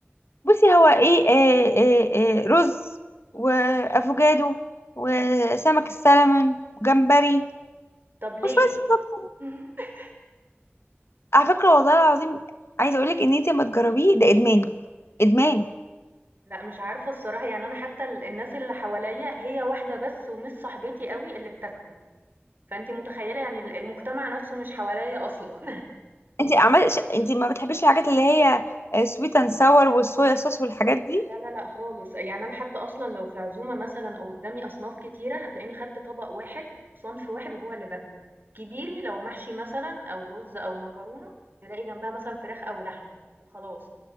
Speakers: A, on the left; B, on the right.
A: بصي هو ايه آه آه آه رز وافوكادو وسمك السلمون وجمبري
B: طب ليه؟
A: وشويه صوصات
B: <laughs>
A: على فكره والله العظيم عايزه اقولك ان انت ما تجربيه ده ادمان ادمان
B: لأ مش عارفة الصراحة يعني أنا حتى ال الناس اللي حواليّا هي واحدة بس ومش صاحبتي أوي اللي بتاكله، فأنتِ متخيلة يعني ال المجتمع نفسه مش حواليّا أصلًا.
A: انت عمال ش- انت ما بتحبيش الحاجات اللي هي سويت اند ساور والصويا صوص والحاجات دي
B: لا لا لأ خالص، يعني أنا حتى أصلًا لو في عزومة مثلًا أو قدامي أصناف كتيرة هتلاقيني خدت طبق واحد وصنف واحد وهو اللي باكله، كبيري لو محشي مثلًا أو رز أو مكرونة تلاقي جنبها مثلًا فراخ أو لحمة وخلاص،